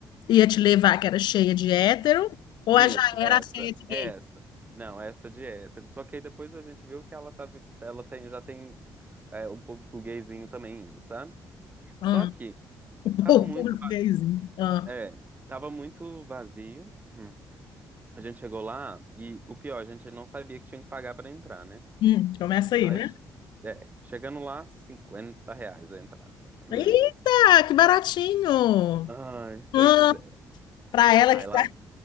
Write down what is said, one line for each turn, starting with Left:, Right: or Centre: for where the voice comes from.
Left: ia te levar, que era cheia de hétero, ou
Right: Isso,
Left: ela já era
Right: essa,
Left: cheia de gay?
Right: essa. Não, essa de hétero. Só que aí depois a gente viu que ela, tá, vi- ela tem, já tem é, um público gayzinho também, indo, sabe?
Left: Ah.
Right: Só que
Left: <laughs>
Right: tava
Left: O
Right: muito,
Left: público
Right: va-
Left: gayzinho. Ah.
Right: é, tava muito vazio. Hum. A gente chegou lá e o pior, a gente não sabia que tinha que pagar pra entrar, né?
Left: Hum. Começa aí,
Right: Aí,
Left: né?
Right: é, chegando lá, 50 reais a entrada. Hum.
Left: Eita, que baratinho!
Right: Ai,
Left: Ah,
Right: pois é.
Left: Para ela
Right: Aí
Left: que está
Right: lá.